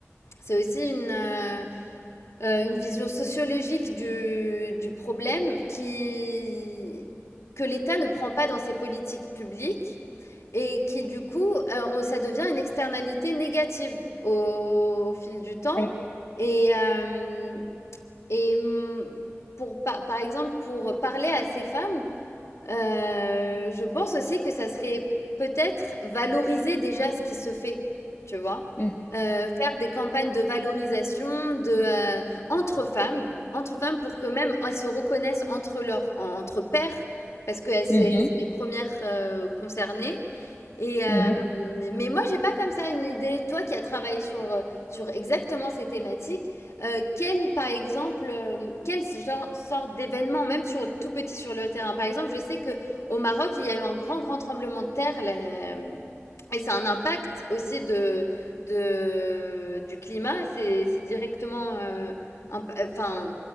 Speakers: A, on the left; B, on the left.
A: c'est aussi une euh, euh, une vision sociologique du du problème qui que l'État ne prend pas dans ses politiques publiques et qui du coup, heu, on ça devient une externalité négative au fil du temps
B: Oui.
A: et hem et mmh, pour par par exemple, pour parler à ces femmes, Heu, je pense aussi que ça serait peut-être valoriser déjà ce qui se fait, tu vois?
B: Mhm.
A: Heu, faire des campagnes de valorisation de, heu, entre femmes entre femmes pour que même elles se reconnaissent entre leurs en entre pairs parce que elles c'est
B: Mhm.
A: c'est les premières res concernées et hem,
B: Mhm. Mhm.
A: mais moi j'ai pas comme ça une idée. Toi qui as travaillé sur, heu, sur exactement ces thématiques, euh, quel, par exemple, euh, quel genre, sorte d'événement, même sur, tout petit sur le terrain? Par exemple, je sais que au Maroc, il y a eu un grand, grand tremblement de terre là, euh, et c'est un impact aussi de, de, du climat. C'est c'est directement euh, un- enfin,